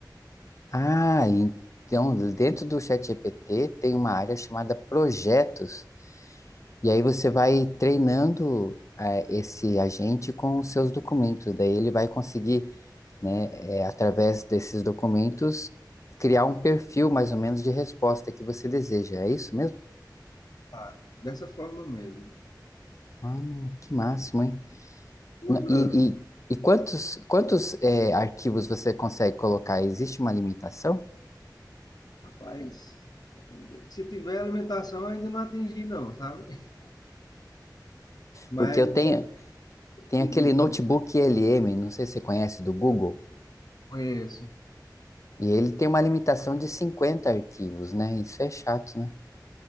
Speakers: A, on the left; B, on the left.
A: Ah, então, dentro do ChatGPT tem uma área chamada projetos. E aí você vai treinando eh, esse agente com os seus documentos. Daí ele vai conseguir, né, eh, através desses documentos, criar um perfil mais ou menos de resposta que você deseja. É isso mesmo?
B: Tá. Dessa forma mesmo.
A: Ah, que máximo, hein?
B: Usa.
A: N- E, e, e quantos, quantos é, arquivos você consegue colocar? Existe uma limitação?
B: Rapaz, se tiver alimentação, ainda não atingi, não, sabe? Mas
A: Porque eu tenho,
B: já decidi
A: tem aquele notebook
B: quando
A: LM, não sei se você conhece, do Google,
B: conheço.
A: e ele tem uma limitação de 50 arquivos, né? Isso é chato, né?